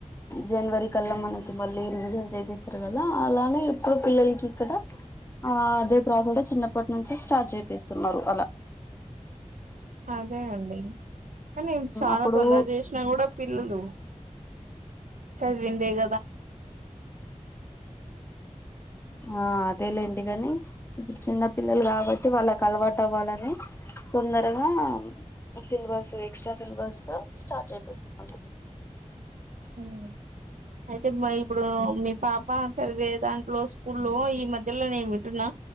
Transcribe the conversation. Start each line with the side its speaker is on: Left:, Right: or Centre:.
Left: జనవరి కల్ల మనకు మళ్ళీ రివిజన్ చేపిస్తారు కదా అలానే ఇప్పుడు పిల్ల లకు ఇక్కడ ఆ అదే ప్రాసెస్ చిన్నప్పటి నుంచి స్టార్ట్ చేపిస్తున్నరు అలా
Right: అదే అండి కానీ చాలా
Left: అప్పుడు
Right: తొందర చేసినా కూడా పిల్లలు చదివిందేగ
Left: ఆ అదేలేం డి గాని ఇప్పుడు చిన్న పిల్లలు కాబట్టి వాళ్ళకు అలవాటు అవ్వాలని తొందరగా సిలబస్ ఎక్స్ట్రా సిలబస్ స్టార్ట్ చేపిస్తున్నారు.
Right: ఉమ్ అయితే ఇప్పుడు మీ పాప చదివే దాంట్లో స్కూల్లో ఈ మధ్యెలా నేను వింటున్నా